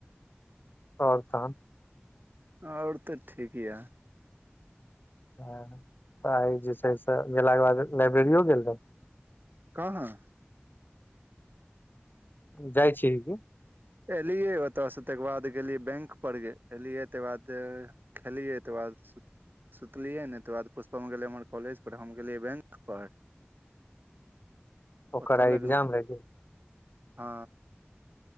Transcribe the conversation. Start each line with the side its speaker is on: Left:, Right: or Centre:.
Left: आउर तहन
Right: ओर तऽ ठीकय
Left: ह तऽ आइ जे छै से गेला के बाद लाइब्रेरियो गेल रहू
Right: काहाँ
Left: जाइ छिहि कि
Right: एलियै ओतयसँ तकर बाद गेलियै बैंक पर गेल एलियै तकर बाद खैेलीयै तकर बाद सु सुतलियै नय तकर बाद पुष्पम गेलै हमर कॉलेज पर हम गेलियै बैंक पर
Left: <inaudible>
Right: ओतऽ
Left: आइ
Right: लगल
Left: एग्जाम रहे गेल
Right: हँ